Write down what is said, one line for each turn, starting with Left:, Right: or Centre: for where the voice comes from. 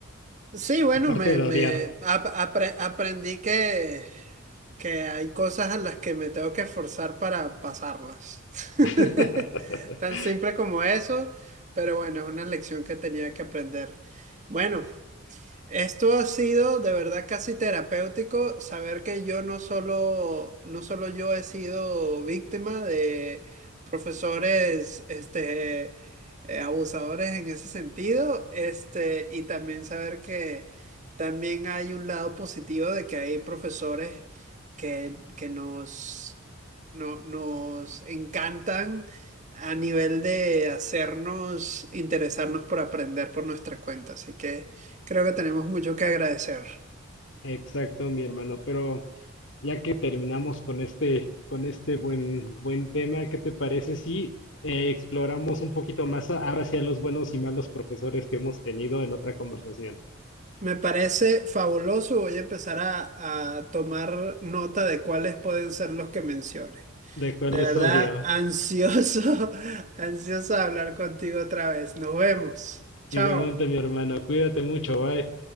Right: Sí, bueno,
Left: aparte
Right: me,
Left: de
Right: me
Left: odiar.
Right: ap- apre- aprendí que, que hay cosas a las que me tengo que esforzar para pasarlas. <laughs>
Left: <laughs>
Right: Tan simple como eso, pero bueno, es una lección que tenía que aprender. Bueno. Esto ha sido de verdad casi terapéutico saber que yo no solo, no solo yo he sido víctima de profesores, este, eh, abusadores en ese sentido, este, y también saber que también hay un lado positivo de que hay profesores que, que nos, no- nos encantan a nivel de hacernos interesarnos por aprender por nuestra cuenta. Así que... Creo que tenemos mucho que agradecer.
Left: Exacto, mi hermano, pero ya que terminamos con este, con este buen, buen tema, ¿qué te parece si eh, exploramos un poquito más a- ahora hacia los buenos y malos profesores que hemos tenido en otra conversación?
Right: Me parece fabuloso. Voy a empezar a, a tomar nota de cuáles pueden ser los que menciones.
Left: De cuál
Right: De
Left: les
Right: verdad,
Left: odio.
Right: ansioso, <laughs> ansioso de hablar contigo otra vez. Nos vemos. Chao.
Left: Igualmente, mi hermano, cuídate mucho, bye.